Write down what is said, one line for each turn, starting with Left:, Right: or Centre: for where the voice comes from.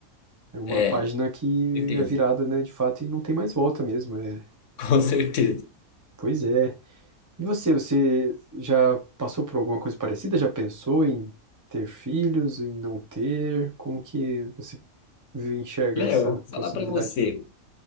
Right: É uma
Left: É,
Right: página
Left: com
Right: que
Left: certeza.
Right: é virada,
Left: <laughs>
Right: né, de fato, e não tem mais volta mesmo. É.
Left: Com certeza.
Right: Pois é. E você, você já passou por alguma coisa parecida? Já pensou em ter filhos, em não ter? Como que você enxerga
Left: Léo,
Right: essa
Left: eu vou falar
Right: possibilidade?
Left: pra você.